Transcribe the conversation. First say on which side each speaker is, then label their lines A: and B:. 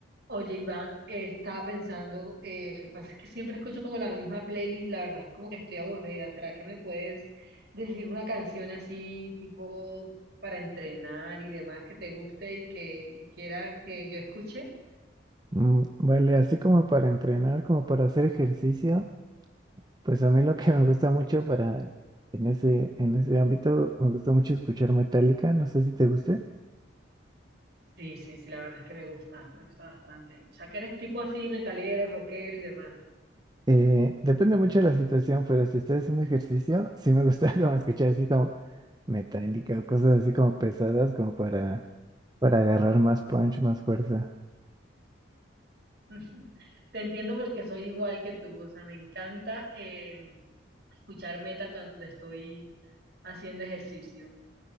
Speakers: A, on the right; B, on the right.
A: Oye, Iván, eh, estaba pensando, eh, lo que pasa es que siempre escucho como la misma playlist, la verdad es como que estoy aburrida. ¿Será que me puedes decir una canción así, tipo para entrenar y demás, que te guste y que, que quiera que yo escuche?
B: Mm, Vale, así como para entrenar, como para hacer ejercicio, pues a mí lo que <laughs> me gusta mucho para en ese, en ese ámbito, me gusta mucho escuchar Metallica, no sé si te guste.
A: Sí, sí, sí, la verdad es que me gusta, me gusta bastante. O sea, que eres tipo así, metalero, rockero y demás.
B: Eh, depende mucho de la situación, pero si estoy haciendo ejercicio, sí me gusta <laughs> como escuchar así como Metallica o cosas así como pesadas, como para, para agarrar más punch, más fuerza.
A: <laughs> Te entiendo porque soy igual que tú, o sea, me encanta eh, escuchar metal cuando estoy haciendo ejercicio.